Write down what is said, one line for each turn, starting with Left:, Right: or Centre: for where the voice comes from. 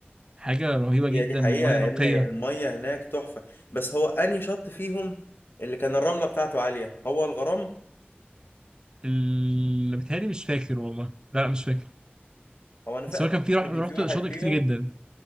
Right: حاجة رهيبة جدا
Left: هي دي حقيقة
Right: ومياه
Left: يا
Right: نقية
Left: ابني المية هناك تحفة بس هو أنهي شط فيهم اللي كان الرملة بتاعته عالية هو الغرام
Right: اللي بتهيألي مش فاكر والله لا لا مش فاكر
Left: هو أنا فا-
Right: بس هو
Left: فاكر
Right: كان في رح...
Left: إن كان
Right: رحت
Left: في واحد
Right: شاطئ
Left: فيهم
Right: كتير جدا